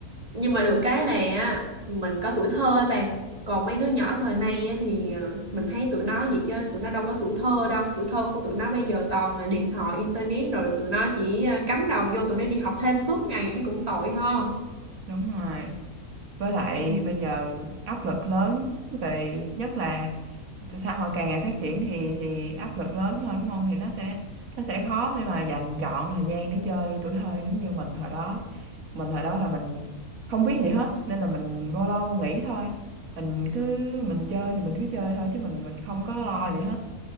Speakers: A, on the right; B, on the right.
A: nhưng mà được cái là á, mình có tuổi thơ á bạn còn mấy đứa nhỏ thời nay á, thì ờ, mình thấy tụi nó gì chứ tụi nó đâu có tuổi thơ đâu tuổi thơ của tụi nó bây giờ toàn là điện thoại internet rồi tụi nó chỉ ờ, cắm đầu vô tụi nó đi học thêm suốt ngày thấy cũng tội ho
B: đúng rồi với lại
A: Ừ.
B: bây giờ áp lực lớn về nhất là xã hội càng ngày phát triển thì thì áp lực lớn hơn đúng không thì nó sẽ nó sẽ khó để mà dành trọn thời gian để chơi tuổi thơ giống như mình hồi đó mình hồi đó là mình không biết gì hết nên là mình vô lo vô nghĩ thôi mình cứ mình chơi thì mình cứ chơi thôi chứ mình mình không có lo gì hết